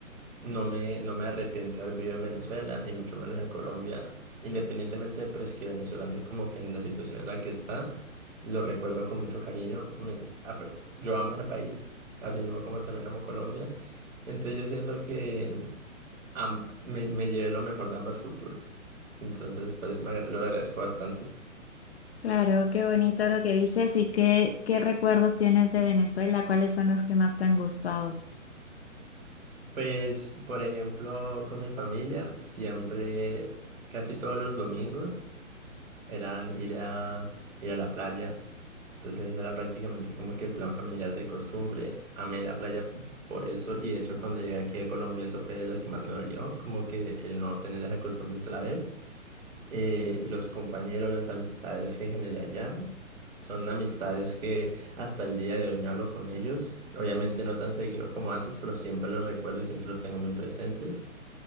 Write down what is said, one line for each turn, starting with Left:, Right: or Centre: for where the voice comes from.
Right: no me, no me arrepiento de haber vivido en Venezuela, ni mucho menos en Colombia. Independientemente, pues que Venezuela ande como que en la situación en la que está, lo recuerdo con mucho cariño. Me- apre- yo amo ese país, así mismo como también amo Colombia. Entonces yo siento que am- me, me llevé lo mejor de ambas culturas. Entonces, por eso me agra- lo agradezco bastante.
Left: Claro, qué bonito lo que dices y qué, qué recuerdos tienes de Venezuela, ¿cuáles son los que más te han gustado?
Right: Pues, por ejemplo, con mi familia, siempre, casi todos los domingos, eran ir a, ir a la playa. Entonces ese era prácticamente como que el plan familiar de costumbre. Amé la playa por eso y de hecho cuando llegué aquí a Colombia eso fue de lo que más me dolió, como que el no tener esa costumbre otra vez. Eh, los compañeros, las amistades que generé allá son amistades que hasta el día de hoy me hablo con ellos. Obviamente no tan seguido como antes, pero siempre los recuerdo y siempre los tengo muy presentes.